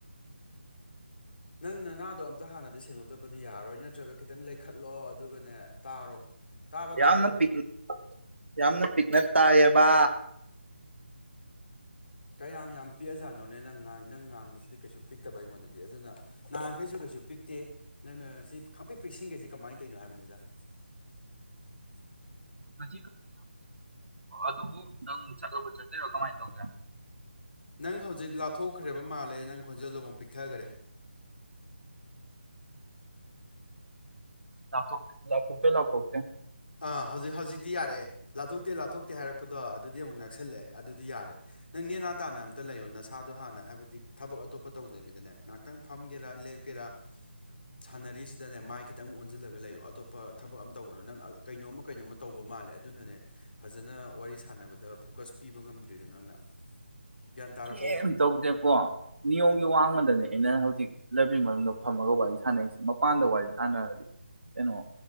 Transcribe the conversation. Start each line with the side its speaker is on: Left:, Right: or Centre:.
Left: <inaudible> ꯅꯪ ꯅꯅꯥꯗꯣ ꯑꯃꯇ ꯍꯥꯟꯅꯗꯤ ꯁꯦꯡꯗꯣꯛꯇꯕꯗꯤ ꯌꯥꯔꯔꯣꯏ ꯅꯠꯇ꯭ꯔꯒ ꯈꯤꯇꯪ ꯂꯩꯈꯠꯂꯣ ꯑꯗꯨꯒꯅꯦ ꯇꯥꯔꯣ ꯇꯥꯕ ꯇꯥꯗ꯭ꯔꯣ
Right: ꯌꯥꯝꯅ ꯄꯤꯛ ꯌꯥꯝꯅ ꯄꯤꯛꯅ ꯇꯥꯏꯌꯦꯕ
Left: ꯀꯌꯥꯝ ꯌꯥꯝ ꯄꯤꯛꯑꯖꯥꯠꯅꯣꯅꯦ ꯅꯪ ꯉꯥꯡ ꯅꯪ ꯉꯥꯡꯕꯁꯤꯗꯤ ꯀꯩꯁꯨ ꯄꯤꯛꯇꯕ ꯑꯩꯉꯣꯟꯗꯗꯤ ꯑꯗꯨꯅ ꯅꯍꯥꯟꯈꯩꯁꯨ ꯀꯩꯁꯨ ꯄꯤꯛꯇꯦ ꯅꯪꯅ ꯉꯁꯤ ꯈꯪꯄꯤꯛ ꯄꯤꯛꯁꯤꯟꯒꯩꯁꯤ ꯀꯃꯥꯏꯟ ꯇꯧꯔꯤꯅꯣ ꯍꯥꯏꯕꯅꯤꯗ <inaudible>
Right: <unintelligible> ꯑꯗꯨꯕꯨ ꯅꯪ ꯆꯠꯂꯕ꯭ꯔ ꯆꯠꯇꯣꯏꯔꯣ ꯀꯃꯥꯏꯟ ꯇꯧꯒꯦ
Left: ꯅꯪ ꯍꯧꯖꯤꯛ ꯂꯥꯞꯊꯣꯛꯈ꯭ꯔꯦꯕ ꯃꯥꯜꯂꯦ ꯅꯪ ꯈꯣꯟꯖꯦꯜꯗꯣ ꯑꯃꯨꯛ ꯄꯤꯛꯊꯈ꯭ꯔꯦ
Right: ꯂꯥꯛꯊꯣꯛ ꯂꯥꯞꯊꯣꯛꯇꯦ ꯂꯥꯞꯈꯣꯛꯇꯦ
Left: ꯑꯥ ꯍꯧꯖꯤꯛ ꯍꯧꯖꯤꯛꯇꯤ ꯌꯥꯔꯛꯑꯦ ꯂꯥꯞꯊꯣꯛꯇꯦ ꯂꯥꯞꯊꯣꯛꯇꯦ ꯍꯥꯏꯔꯛꯄꯗꯣ ꯑꯗꯨꯗꯤ ꯑꯃꯨꯛ ꯅꯛꯁꯜꯂꯛꯑꯦ ꯑꯗꯨꯗꯤ ꯌꯥꯔꯦ ꯅꯪ ꯅꯦꯅꯥ ꯇꯥꯅ ꯑꯝꯇ ꯂꯩꯌꯣ ꯅꯁꯥꯗꯣ ꯍꯥꯟꯅ ꯍꯥꯏꯕꯗꯤ ꯊꯕꯛ ꯑꯇꯣꯞꯄ ꯇꯧꯗꯕꯤꯗꯅꯦ ꯉꯥꯛꯇ ꯇꯪ ꯐꯝꯒꯦꯔꯥ ꯂꯦꯞꯀꯦꯔꯥ ꯁꯥꯟꯅꯔꯤꯁꯤꯗꯅꯦ ꯃꯥꯏ ꯈꯤꯇꯪ ꯑꯣꯟꯁꯤꯜꯂꯒ ꯂꯩꯌꯣ ꯑꯇꯣꯞꯄ ꯊꯕꯛ ꯑꯃ ꯇꯧꯕꯅꯣ ꯅꯪ ꯑꯥ ꯀꯩꯅꯣꯝꯃ ꯀꯩꯅꯣꯝꯃ ꯇꯧꯕ ꯃꯥꯜꯂꯦ ꯑꯗꯨꯅꯅꯦ ꯐꯖꯅ ꯋꯥꯔꯤ ꯁꯥꯟꯅꯕꯗ ꯐꯣꯀꯁ ꯄꯤꯕ ꯉꯝꯗ꯭ꯔꯤꯗꯣ ꯅꯪꯅ ꯒ꯭ꯌꯥꯟ ꯇꯥꯔꯕꯣ
Right: ꯀꯩꯝ ꯇꯧꯗꯦꯀꯣ ꯅꯤꯌꯣꯝꯒꯤ ꯋꯥꯡꯃꯗꯅꯦ ꯑꯩꯅ ꯍꯧꯖꯤꯛ ꯂꯥꯏꯕꯤ ꯃꯅꯨꯡꯗ ꯐꯝꯃꯒ ꯋꯥꯔꯤ ꯁꯥꯟꯅꯔꯤꯁꯤ ꯃꯄꯥꯟꯗ ꯋꯥꯔꯤ ꯁꯥꯟꯅꯔꯗꯤ ꯀꯩꯅꯣ